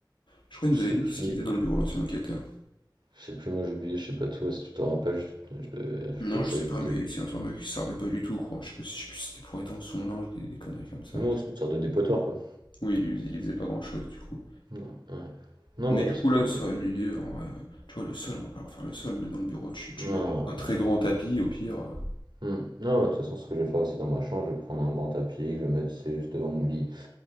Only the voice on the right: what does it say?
Je sais
plus,
je sais plus, moi j'ai oublié, je sais pas tout, si tu t'en rappelles, je, je devais,
je devais
pas
écouter.
Moi
c'est une sorte de dépotoir quoi.
Ouais. ouais. Non
bah
ça peut
être.
Non,
hmm. Non, bah, de toute façon ce que je vais faire aussi dans ma chambre, je vais prendre un grand tapis, que je vais mettre c'est juste devant mon lit.